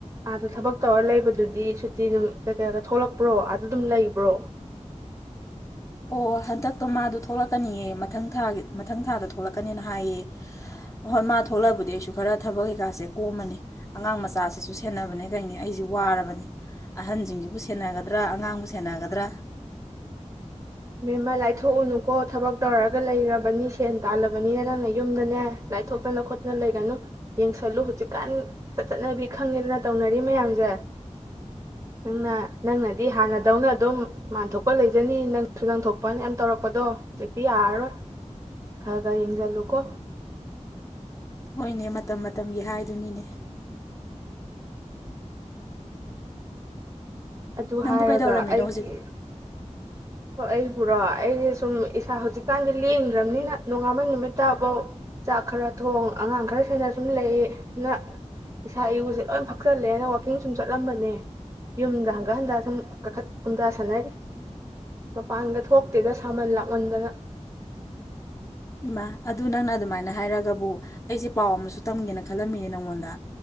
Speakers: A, on the right (about 30°); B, on the left (about 25°).
A: ꯑꯥꯗꯥ ꯊꯕꯛ ꯇꯧꯔ ꯂꯩꯕꯗꯨꯗꯤ ꯁꯨꯇꯤ ꯅꯨꯝ ꯀꯩꯀꯩꯌꯒ ꯊꯣꯛꯂꯛꯄ꯭ꯔꯣ ꯑꯗꯥꯗꯨꯝ ꯂꯩꯕ꯭ꯔꯣ
B: ꯑꯣ ꯍꯟꯗꯛꯇꯣ ꯃꯥꯗꯣ ꯊꯣꯛꯂꯛꯀꯅꯤꯌꯦ ꯃꯊꯪ ꯊꯥꯒꯤ ꯃꯊꯪ ꯊꯥꯗ ꯊꯣꯛꯂꯛꯀꯅꯤꯅ ꯍꯥꯏꯑꯦ ꯍꯣꯏ ꯃꯥ ꯊꯣꯛꯂꯑꯕꯨꯗꯤ ꯑꯩꯁꯨ ꯈꯔ ꯊꯕꯛ ꯀꯩꯀꯥꯁꯦ ꯀꯣꯝꯃꯅꯤ ꯑꯉꯥꯡ ꯃꯆꯥꯁꯤꯁꯨ ꯁꯦꯟꯅꯕꯅꯦ ꯀꯩꯅꯤ ꯑꯩꯁꯤ ꯋꯥꯔꯕꯅꯤ ꯑꯍꯟꯖꯤꯡꯁꯖꯤꯕꯨ ꯁꯦꯟꯅꯒꯗ꯭ꯔꯥ ꯑꯉꯥꯡꯕꯨ ꯁꯦꯟꯅꯒꯗ꯭ꯔꯥ
A: ꯃꯦꯝꯃ ꯂꯥꯏꯊꯣꯛꯎꯅꯨꯀꯣ ꯊꯕꯛ ꯇꯧꯔꯒ ꯂꯩꯈ꯭ꯔꯔꯕꯅꯤ ꯁꯦꯟ ꯇꯥꯜꯂꯕꯅꯤꯅ ꯅꯪꯅ ꯌꯨꯝꯗꯅꯦ ꯂꯥꯏꯊꯣꯛꯇꯅ ꯈꯣꯠꯇꯅ ꯂꯩꯒꯅꯨ ꯌꯦꯡꯁꯜꯂꯨ ꯍꯧꯖꯤꯛꯀꯥꯟ ꯆꯠ ꯆꯠꯅꯕꯤ ꯈꯪꯉꯦꯗꯅ ꯇꯧꯅꯔꯤ ꯃꯌꯥꯝꯖꯦ ꯅꯪꯅ ꯅꯪꯅꯗꯤ ꯍꯥꯟꯅꯗꯧꯅ ꯑꯗꯨꯝ ꯃꯥꯟꯊꯣꯛꯄ ꯂꯩꯖꯅꯤ ꯅꯪ ꯁꯨ ꯅꯪ ꯊꯣꯛꯄꯅ ꯌꯥꯝ ꯇꯧꯔꯛꯄꯗꯣ ꯆꯛꯇꯤ ꯌꯥꯔꯔꯣꯏ ꯈꯥ ꯈꯥ ꯌꯦꯡꯖꯜꯂꯨꯀꯣ
B: ꯍꯣꯏꯅꯦ ꯃꯇꯝ ꯃꯇꯝꯒꯤ ꯍꯥꯏꯗꯨꯅꯤꯅꯦ
A: ꯑꯗꯨ
B: ꯅꯪꯕꯨ
A: ꯍꯥꯏꯔꯒ
B: ꯀꯩꯗꯧꯔꯝꯃꯤꯅꯣ
A: ꯑꯩꯒꯤ
B: ꯍꯧꯖꯤꯛ
A: ꯍꯣ ꯑꯩꯕꯨꯔꯣ ꯑꯩꯏ ꯁꯨꯝ ꯏꯁꯥ ꯍꯧꯖꯤꯛꯀꯥꯟꯗꯤ ꯂꯦꯡꯗ꯭ꯔꯝꯅꯤꯅ ꯅꯣꯉꯥꯟꯕ ꯅꯨꯃꯤꯠꯇꯕꯧ ꯆꯥꯛ ꯈꯔ ꯊꯣꯡ ꯑꯉꯥꯡ ꯈꯔ ꯁꯦꯟꯅ ꯁꯨꯝ ꯂꯩꯌꯦ ꯅ ꯏꯁꯥ ꯏꯎꯁꯦ ꯂꯣꯏ ꯐꯛꯆꯜꯂꯦꯅ ꯋꯥꯀꯤꯡ ꯁꯨꯝ ꯆꯠꯂꯝꯕꯅꯦ ꯌꯨꯝꯗ ꯍꯟꯒꯠ ꯍꯟꯗ ꯁꯨꯝ ꯀꯛꯈꯠ ꯀꯨꯝꯗꯥ ꯁꯥꯟꯅꯔꯤ ꯃꯄꯥꯟꯒ ꯊꯣꯛꯇꯦꯗ ꯁꯥꯃꯟ ꯂꯥꯛꯃꯟꯗꯅ
B: ꯏꯃꯥ ꯑꯗꯨ ꯅꯪꯅ ꯑꯗꯨꯃꯥꯏꯅ ꯍꯥꯏꯔꯒꯕꯨ ꯑꯩꯁꯦ ꯄꯥꯎ ꯑꯃꯁꯨ ꯇꯝꯒꯦꯅ ꯈꯜꯂꯝꯃꯤꯌꯦ ꯅꯪꯉꯣꯟꯗ